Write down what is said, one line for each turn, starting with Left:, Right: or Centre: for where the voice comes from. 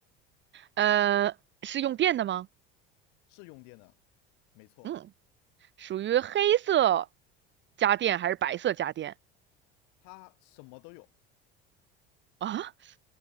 Right: 呃，是用电的吗？
Left: 是用电的，没错，
Right: 嗯，属于黑色家电还是白色家电
Left: 它什么都有。
Right: 啊？